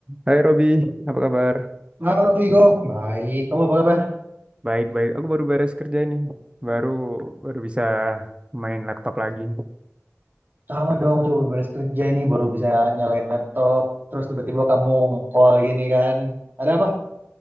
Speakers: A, on the right; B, on the right.
A: Hai Robi, apa kabar?
B: Halo Vigo, baik. Kamu apa kabar?
A: Baik-baik, aku baru beres kerja ini. Baru baru bisa main laptop lagi.
B: Sama dong, udah beres kerja ini baru bisa nyalain laptop. Terus tiba-tiba kamu nge-call gini kan. Ada apa?